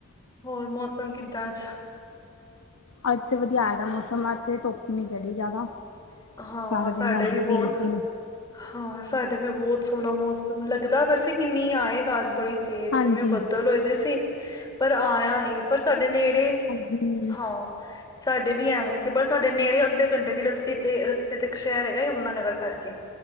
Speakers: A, on the left; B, on the left.
A: ਹੋਰ ਮੌਸਮ ਕਿੱਦਾਂ ਅੱਜ
B: ਅੱਜ ਤੇ ਵਧੀਆ ਦਾ ਮੌਸਮ ਅੱਜ ਧੁੱਪ ਨੀ ਚੜ੍ਹੀ ਜ਼ਿਆਦਾ
A: ਹਾਂ,
B: ਸਾਰਾ ਦਿਨ
A: ਸਾਡੇ
B: ਅਜ
A: ਵੀ
B: ਦੇਸ
A: ਬਹੁਤ ਹਾਂ ਸਾਡੇ ਵੀ ਬਹੁਤ ਸੋਹਣਾ ਮੌਸਮ ਲੱਗਦਾ ਵੈਸੇ ਕਿੰਨੀ ਆਏਗਾ ਅੱਜ ਬੜੀ ਤੇ
B: ਹਾਂਜੀ
A: ਜਿਵੇਂ ਬੱਦਲ ਹੋਏ ਦੇ ਸੀ ਪਰ ਆਇਆ ਨੀ ਪਰ ਸਾਡੇ ਨੇੜੇ
B: ਹਮ
A: ਹਾਂ ਸਾਡੇ ਵੀ ਐਵੇਂ ਸੀ ਪਰ ਸਾਡੇ ਨੇੜੇ ਅੱਧੇ ਘੰਟੇ ਦੀ ਰਸੀ ਤੇ ਰਸਤੇ ਤੇ ਇੱਕ ਸ਼ਹਿਰ ਹੈਗਾ ਯੁਮਨਾਨਗਰ ਕਰਕੇ